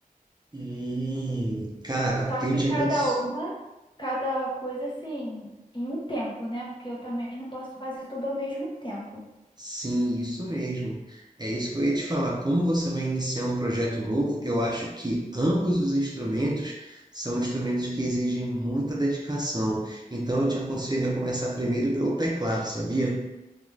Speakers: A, on the right; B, on the left.
A: Hum, cara,
B: Só
A: eu
B: que
A: te
B: cada
A: aconselho.
B: uma, cada coisa assim, em um tempo, né? Porque eu também não posso fazer tudo ao mesmo tempo.
A: Sim, isso mesmo. É isso que eu ia te falar. Como você vai iniciar um projeto novo, eu acho que ambos os instrumentos são instrumentos que exigem muita dedicação. Então, eu te aconselho a começar primeiro pelo teclado, sabia?